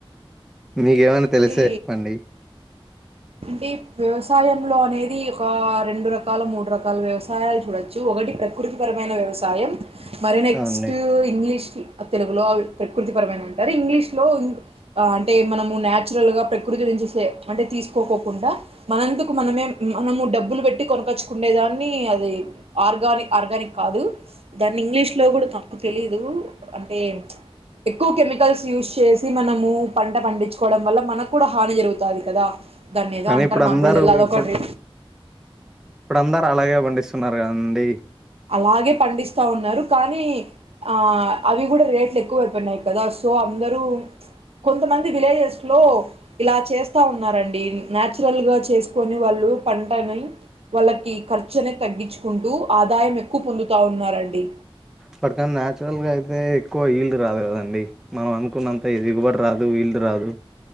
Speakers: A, in the centre; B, on the right.
A: మీకేమన్నా
B: అంటే
A: తెలిసే చెప్పండి
B: అంటే వ్యవస్ వ్యవసాయంలో అనేది ఒక రెండు రకాల, మూడు రకాల వ్యవసాయాలు చూడొచ్చు, ఒకటి ప్రకృతిపరమైన వ్యవసాయం మరి నెక్స్ట్
A: అవునండి
B: ఇంగ్లీష్కి తెలుగులో అవి ప్రకృతి పరమైన అంటారు, ఇంగ్లీష్ లో అంటే మనము నాచురల్ గా ప్రకృతి నుంచి సె అంటే తీసుకు కోకోకుండా మనంతాకు మనమే మనము డబ్బులు పెట్టి కొనకొచ్చు కుండేదాన్ని అది ఆర్గానిక్ ఆర్గానిక్ కాదు, దాన్ని ఇంగ్లీష్ లో కూడా నాకు తెలీదు, అంటే ఎక్కువ కెమికల్స్ యూస్ చేసి మనము పంట పండించుకోవడం వల్ల మనకు కూడా హాని జరుగుతుంది కదా దాన్ని ఏదో
A: కానీ
B: అంటారు
A: ఇప్పుడు
B: నాకు
A: అందరూ
B: కూడా తెలీదు అద
A: ఇప్పుడు
B: ఒకటి
A: ఇప్పుడు అందరు అలాగే పండిస్తున్నారు కదండి
B: అలాగే పండిస్తా ఉన్నారు, కానీ అ అవి కూడా రేట్లు ఎక్కువైపోయినాయి కదా సో అందరూ కొంతమంది విలేజెస్ లో ఇలా చేస్తా ఉన్నారండి నాచురల్ గా చేసుకొని వాళ్ళు పంటని వాళ్ళకి ఖర్చునే తగ్గించుకుంటూ, ఆదాయం ఎక్కువ పొందుతా ఉన్నారండి.
A: పటికని నచురల్ గా అయితే ఎక్కువ వీళ్లుు రాదు కదండి, మనం అనుకున్నంత ఎగుబడి రాదు వీళ్లు రాదు.